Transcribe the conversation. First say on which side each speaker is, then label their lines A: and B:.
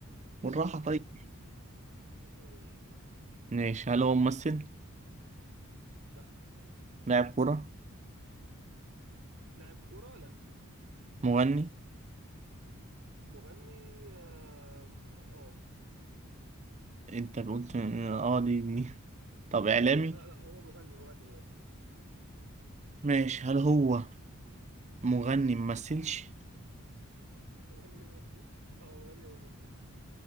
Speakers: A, on the right (about 30°); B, on the right (about 65°).
A: بالراحة طيب
B: اسال اسال يا باشا
A: ماشي هل هو ممثل
B: لا
A: لاعب كورة
B: لاعب كوره لا
A: مغني
B: مغني آم، اه
A: انت قلت اه دي دي طب اعلامي
B: لا لا هو مغني مغني مغني
A: ماشي هل هو مغني ممثلش
B: <laughs> مغني ما مثلش اه مغني ما مثلش